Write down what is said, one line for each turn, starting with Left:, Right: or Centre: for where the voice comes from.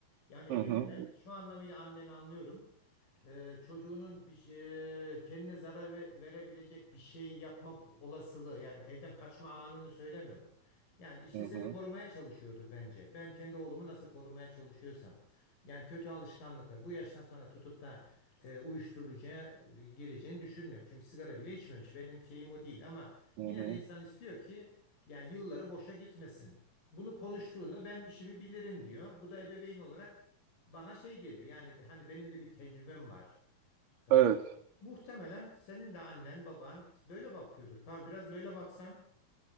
Left: Yani ebeveyn
Right: Hı hı.
Left: ben şu anlamıyla anneni anlıyorum. Ee, çocuğunun bir şey, e, kendine zarar ve- verebilecek bir şey yapma olasılığı yani evden kaçma anını söylemiyorum. Yani işte
Right: Hı
Left: seni
Right: hı.
Left: korumaya çalışıyordur bence. Ben kendi oğlumu nasıl korumaya çalışıyorsam. Yani kötü alışkanlıklar. Bu yaştan sonra tutup da e, uyuşturucuya e, gireceğini düşünmüyorum. Çünkü sigara bile içmemiş. Benim şeyim o değil ama
Right: Hı hı.
Left: yine de insan istiyor ki yani yılları boşa gitmesin. Bunu konuştuğunda ben işimi bilirim diyor. Bu da ebeveyn olarak bana şey geliyor. Yani hani benim de bir tecrübem var. E,
Right: Evet.
Left: muhtemelen senin de annen baban böyle bakıyordur. Kaan biraz böyle baksan.